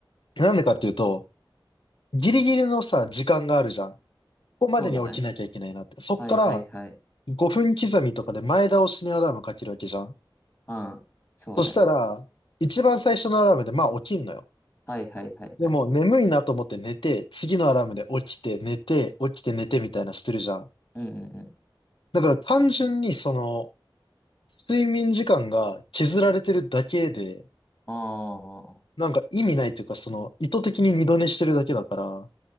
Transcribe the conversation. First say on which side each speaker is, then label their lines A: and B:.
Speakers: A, on the left; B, on the left.
A: なんでかっていうと、ギリギリのさ、時間があるじゃん。ここまでに起きなきゃいけないなって。
B: そうだね。
A: そっから、
B: はいはいはい。
A: 5分刻みとかで前倒しにアラームかけるわけじゃん。
B: うん。そうね。
A: そしたら、一番最初のアラームで、まあ起きんのよ。
B: はいはいはいはい。
A: でも眠いなと思って寝て、次のアラームで起きて寝て、起きて寝てみたいなしてるじゃん。
B: うんうんうん。
A: だから単純にその、睡眠時間が削られてるだけで、
B: あ
A: なんか意味ないというか、その、意図的に二度寝してるだけだから、